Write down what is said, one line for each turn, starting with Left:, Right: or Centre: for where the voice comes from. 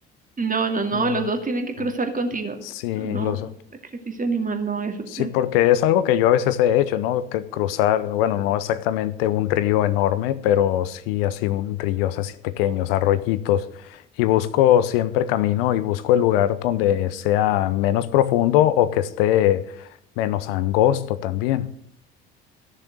Right: No, no, no,
Left: No,
Right: los dos tienen que cruzar
Left: mm,
Right: contigo.
Left: sí,
Right: No,
Left: los...
Right: sacrificio animal no es opción.
Left: Sí, porque es algo que yo a veces he hecho, ¿no? Que cruzar, bueno, no exactamente un río enorme, pero sí así un ríos así pequeños, arroyitos. Y busco siempre camino y busco el lugar donde sea menos profundo o que esté menos angosto también,